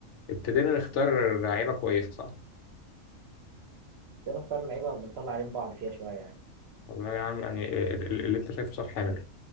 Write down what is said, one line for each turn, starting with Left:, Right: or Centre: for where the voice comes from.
Left: ابتدينا نختار لعيبة كويسة صح؟
Right: بنختار لعيبة بنطلع عين بعض فيها شوية يعني
Left: والله يا عم يعني ال- ال- اللي انت شايفه صح حامل